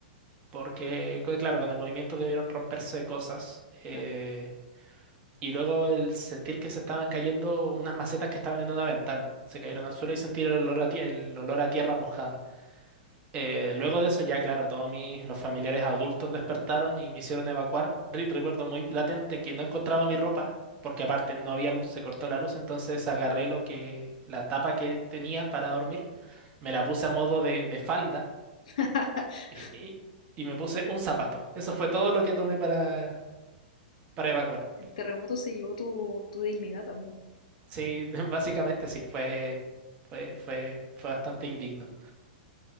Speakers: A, on the right; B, on the left.
A: porque, co- claro, con el movimiento debieron romperse cosas. eh,
B: Claro.
A: y luego el sentir que se estaban cayendo unas macetas que estaban en una ventana, se cayeron al suelo y sentir el olor a, tie- el olor a tierra mojada. Eh, luego de eso ya, claro, todos mis, los familiares adultos despertaron y me hicieron evacuar. Re- recuerdo muy latente que no encontraba mi ropa, porque aparte no había luz, se cortó la luz, entonces agarré lo que, la tapa que tenía para dormir, me la puse a modo de, de falda
B: <laughs>
A: y, y- y me puse un zapato. Eso fue todo lo que tomé para, para evacuar.
B: El terremoto se llevó tu, tu dignidad también.
A: Sí, <laughs> básicamente sí, fue, fue, fue, fue bastante indigno.